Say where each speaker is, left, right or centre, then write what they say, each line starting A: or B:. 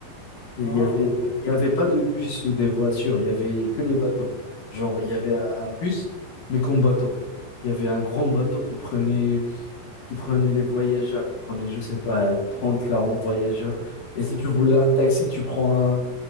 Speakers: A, on the left; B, on the left.
A: Il
B: Ah,
A: y avait,
B: je vois.
A: il y avait pas de bus ou des voitures. Il y avait que les bateaux. Genre, il y avait un bus, mais comme bateau. Il y avait un grand bateau qui prenait qui prenait les voyageurs, qui prenait, je sais pas, 30 40 voyageurs. Et si tu
B: Oui.
A: voulais un taxi, tu prends un,